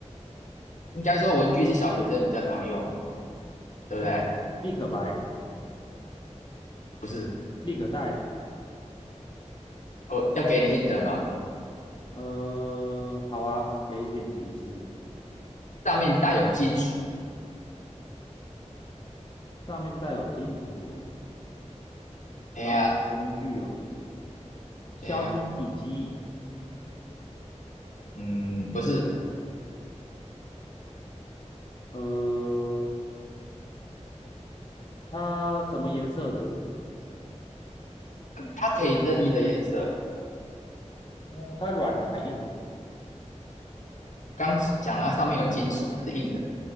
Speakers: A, on the left; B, on the left.
A: 应该说文具是小学生比较常用嘛，对不对？
B: 哦，立可白、
A: 不是，
B: 立可带。
A: 哦，要给你 hint 吗？
B: 嗯、好啊，给一点提示。
A: 上面带有金属，
B: 上面带有金属哦，
A: 哎呀，
B: 然后是文具哦，削铅笔机，
A: 哎呀，嗯，不是，
B: 呃，它什么颜色的？
A: 它可以任意的颜色，
B: 嗯，它软的还硬的？
A: 刚讲了它上面有金属嘛，是硬的，